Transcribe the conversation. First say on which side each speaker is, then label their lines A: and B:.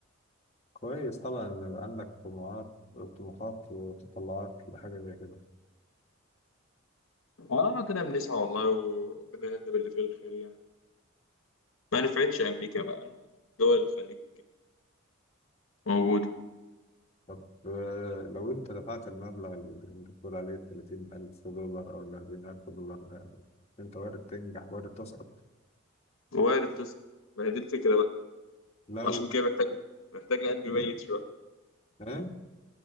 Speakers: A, on the left; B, on the left.
A: كويس طبعا إن يبقى عندك طموحات طموحات وتطلعات لحاجة زي كده
B: اه ربنا بنسعى والله وربنا يهدي باللي فيه الخير يعني ما نفعتش أمريكا بقى دول الخليج موجودة
A: طب آه، لو انت دفعت المبلغ اللي انت بتقول عليه 30000 دولار او ال 40000 دولار ده انت وارد تنجح وارد تسقط
B: وارد تسقط ما هي دي الفكرة بقى
A: لو
B: وعشان كده محتاجة محتاجة قلب ميت شوية
A: ايه